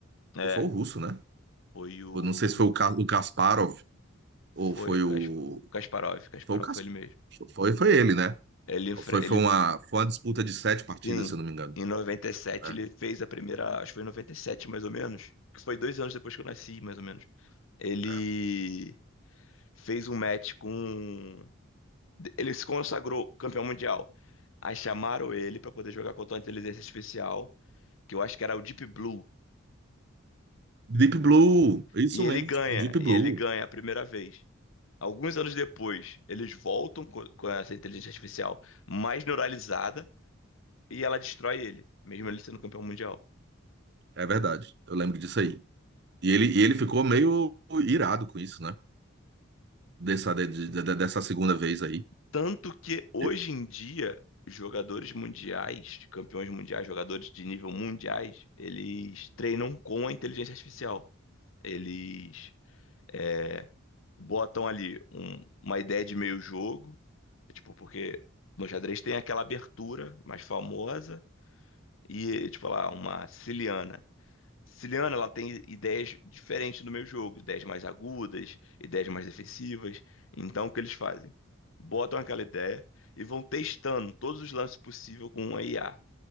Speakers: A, on the left (about 75°); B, on the right (about 55°).
A: é,
B: Foi o russo, né?
A: foi o,
B: Eu não sei se foi o, Ka- o Kasparov ou
A: foi
B: foi
A: o Kas-
B: o
A: Kasparov, Kasparov
B: foi o Cas-
A: foi ele mesmo.
B: foi, foi ele, né?
A: Ele, enfre-
B: Foi, foi
A: ele,
B: uma foi uma disputa de sete partidas,
A: sim,
B: se eu não me engano,
A: em noventa e sete
B: né?
A: ele fez a primeira, acho que foi em 97 mais ou menos, que foi dois anos depois que eu nasci, mais ou menos. Ele
B: É.
A: fez um match com. Ele se consagrou campeão mundial. Aí chamaram ele pra poder jogar contra uma inteligência artificial, que eu acho que era o Deep Blue.
B: Deep Blue, isso
A: E
B: mesmo,
A: ele ganha,
B: Deep
A: e
B: Blue,
A: ele ganha a primeira vez. Alguns anos depois, eles voltam co- com essa inteligência artificial mais neuralizada e ela destrói ele, mesmo ele sendo campeão mundial.
B: é verdade. Eu lembro disso aí. E ele e ele ficou meio irado com isso, né? Dessa de- de- de- dessa segunda vez aí.
A: Tanto que hoje
B: Eu-
A: em dia, jogadores mundiais, campeões mundiais, jogadores de nível mundiais, eles treinam com a inteligência artificial. Eles é, botam ali um- uma ideia de meio jogo, tipo, porque no xadrez tem aquela abertura mais famosa e, tipo, lá, uma siciliana. Siciliana, ela tem ideias diferentes do meio jogo, ideias mais agudas, ideias mais defensivas. Então, o que eles fazem? Botam aquela ideia e vão testando todos os lances possíveis com uma I a IA.